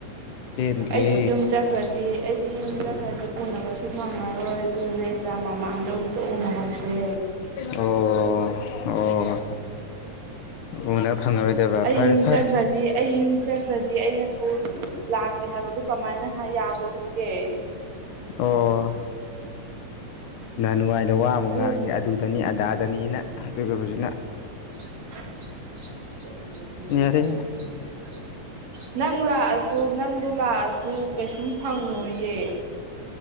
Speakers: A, on the left (about 75°); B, on the right (about 55°).
A: ꯆꯦꯟꯒ꯭ꯔꯦ
B: ꯑꯩꯗꯣ ꯌꯨꯝ ꯆꯠꯈ꯭ꯔꯗꯤ ꯑꯩꯗꯤ ꯌꯨꯝ ꯆꯠꯈ꯭ꯔꯗꯤ ꯁꯣꯟꯅꯕꯁꯨ ꯐꯪꯉꯔꯣꯏ ꯑꯗꯨꯗꯨꯅ ꯑꯦꯛꯖꯥꯝ ꯃꯃꯥꯡꯗ ꯑꯃ ꯇ ꯎꯅꯍꯁꯦ
A: ꯑꯣ ꯑꯣ ꯎꯅ ꯐꯪꯉꯔꯣꯏꯗꯕ
B: ꯑꯩ
A: ꯐꯔꯦ
B: ꯌꯨꯝ
A: ꯐꯔꯦ
B: ꯆꯟꯈ꯭ꯔꯗꯤ ꯑꯩ ꯌꯨꯝ ꯆꯠꯈ꯭ꯔꯗꯤ ꯑꯩꯅ ꯊ ꯂꯥꯛꯀꯦ ꯍꯥꯏꯕꯗꯨ ꯀꯃꯥꯏꯅ ꯌꯥꯗꯣꯔꯤꯒꯦ
A: ꯑꯣ ꯅ ꯅꯨꯡꯉꯥꯏꯅ ꯋꯥ ꯉꯥꯡꯉꯤ
B: ꯑꯗꯨ
A: ꯑꯗꯨꯗꯅꯤ ꯑꯗꯥꯗꯅꯤꯅ ꯑꯗꯨꯒ ꯍꯧꯖꯤꯛꯅ
B: <inaudible>
A: ꯌꯥꯔꯦ ꯌꯥꯔꯦ
B: ꯅꯪ ꯂꯥꯛꯑꯁꯨ ꯅꯪꯕꯨ ꯂꯥꯛꯑꯁꯨ ꯀꯩꯁꯨ ꯐꯪꯉꯣꯏꯌꯦ